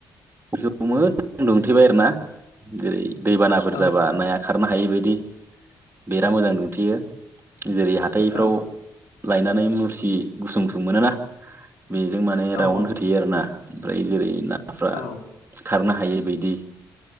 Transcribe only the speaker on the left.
औ
औ
औ
औ